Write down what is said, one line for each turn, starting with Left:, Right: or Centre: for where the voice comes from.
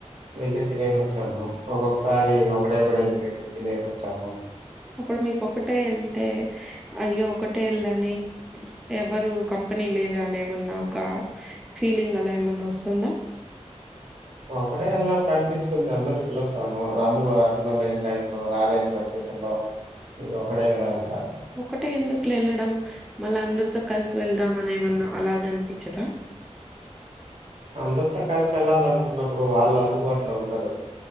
Right: వెళ్ళి తినేసి వచ్చాను. ఒక్కొక్కసారి ఒకటే కూడా వెళ్ళి తినేసి వచ్చాను.
Centre: అప్పుడు మీకు ఒకటే వెళ్తే అయ్యో ఒకటే వెళ్లానే ఎవరు కంపెనీ లేరు. అని ఏమన్నా ఒక ఫీలింగ్ అలా ఏమన్నా వస్తుందా.
Right: ఒక్కడే వెళ్నప్పుడు అనిపిస్తుంది. అందరినీ పిలుస్తాను. రందు అట్లా లేని టైం లో రాలేని పరిస్థితుల్లో ఇంక ఒకటే కదా అంటాంది
Centre: ఒకటే ఎందుకులే వెళ్ళడం మళ్ళ అందరితో కలిసి వెళ్దాంని ఏమన్నా అలాగ అనిపించదా
Right: అందరింత కలిసి వెళ్లాలినుకున్నప్పుడు వాళ్ళు అందుబాటులో ఉండరు